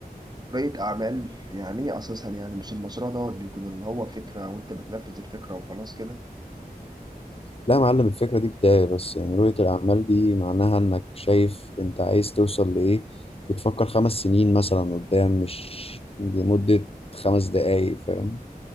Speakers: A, on the right (about 25°); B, on the left (about 40°).
A: رؤيه اعمال يعني ايه اساسا يعني مش المشروع دوت بيكون اللي هو فكره وانت بتنفذ الفكره وخلاص كده
B: لا يا معلم الفكرة دي بداية بس يعني رؤية الأعمال دي معناها إنك شايف أنت عايز توصل لإيه بتفكر خمس سنين مثلا قدام مش لمدة خمس دقايق فاهم